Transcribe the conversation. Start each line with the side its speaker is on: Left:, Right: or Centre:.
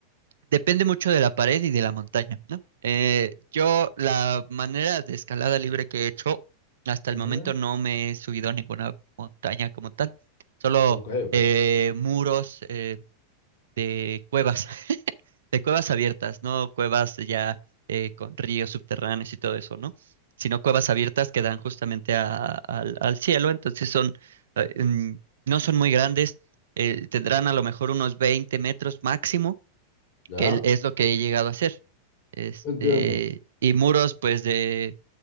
Right: Depende mucho de la pared y de la montaña, ¿no? Eh, yo la manera de escalada libre que he hecho, hasta el
Left: Ujú,
Right: momento no me he subido a ninguna montaña como tal, solo
Left: Ok, ok,
Right: eh, muros eh, de cuevas, <laughs> de cuevas abiertas, no cuevas ya eh, con ríos subterráneos y todo eso, ¿no? Sino cuevas abiertas que dan justamente a- al, al cielo, entonces son, eh, mm, no son muy grandes, eh, tendrán a lo mejor unos 20 metros máximo
Left: ya,
Right: que el- es lo que he llegado a hacer. Este,
Left: entiendo.
Right: y muros, pues, de,